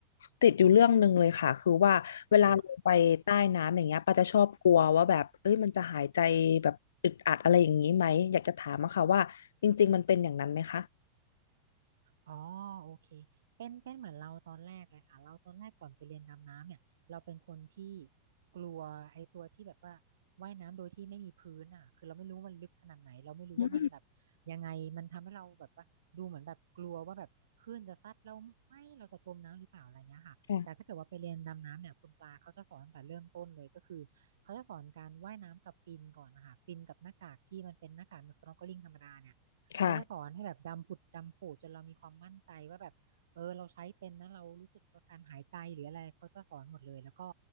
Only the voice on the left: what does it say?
ติดอยู่เรื่องหนึ่งเลยค่ะคือว่าเวลาลงไปใต้น้ำอย่างเงี้ยปาจะชอบกลัวว่าแบบเอ้ยมันจะหายใจแบบอึดอัดอะไรอย่างนี้ไหมอยากจะถามอะค่ะว่าจริงๆมันเป็นอย่างนั้นไหมคะ
อืมค่ะ
ค่ะ